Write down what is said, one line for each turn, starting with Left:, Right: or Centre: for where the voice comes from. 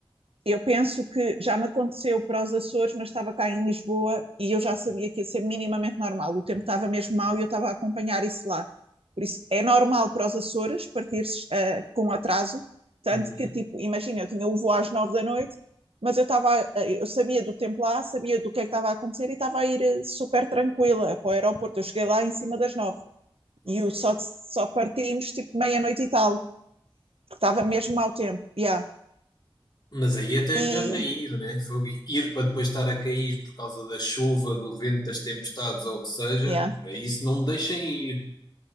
Right: eu penso que já me aconteceu para os Açores, mas estava cá em Lisboa e eu já sabia que ia ser minimamente normal. O tempo estava mesmo mau e eu estava a acompanhar isso lá. Por isso, é normal para os Açores partir uh, com atraso, tanto
Left: Uhum.
Right: que, tipo, imagina, eu tinha o voo às nove da noite, mas eu estava, eh, eu sabia do tempo lá, sabia do que é que estava a acontecer e estava a ir eh, super tranquila para o aeroporto. Eu cheguei lá em cima das nove
Left: Ok.
Right: e eu só, só partimos, tipo, meia-noite e tal, porque estava mesmo mau tempo, yeah.
Left: Mas aí até
Right: E,
Left: é melhor nem ir, né? Fogo. Ir para depois estar a cair por causa da chuva, do vento, das tempestades ou o que seja,
Right: yeah,
Left: para isso não me deixem ir.